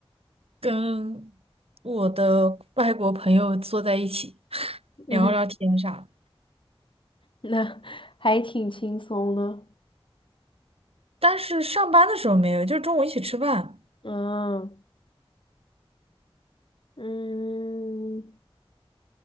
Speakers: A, on the right; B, on the left.
A: 跟我的外国朋友坐在一起 <laughs>
B: 嗯哼，
A: 聊聊天啥的，
B: 那还挺轻松的。
A: 但是上班的时候没有，就是中午一起吃饭。
B: 嗯嗯，